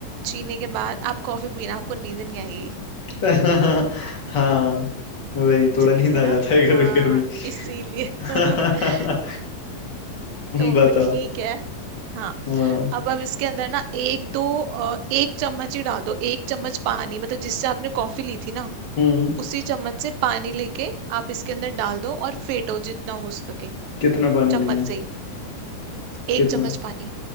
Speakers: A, on the right; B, on the left.
A: चीनी के बाद आप कॉफी पीना आपको नींद नहीं आएगी
B: <laughs> हाँ वही थोड़ा
A: ठीक
B: नींद
A: है
B: आ
A: ना
B: जाता है कभी
A: हाँ
B: कभी
A: इसीलिए
B: <laughs> हाँ
A: <laughs> तो
B: बताओ
A: ठीक है हाँ
B: हाँ
A: अब अब इसके अंदर ना एक दो अ, एक चम्मच ही डाल दो एक चम्मच पानी मतलब जिससे आपने कॉफी ली थी ना
B: हम्म
A: उसी चम्मच से पानी लेके आप इसके अंदर डाल दो और फेटो जितना हो सके
B: कितना पानी
A: चम्मच
B: लेना है
A: से ही एक
B: कितना
A: चम्मच पानी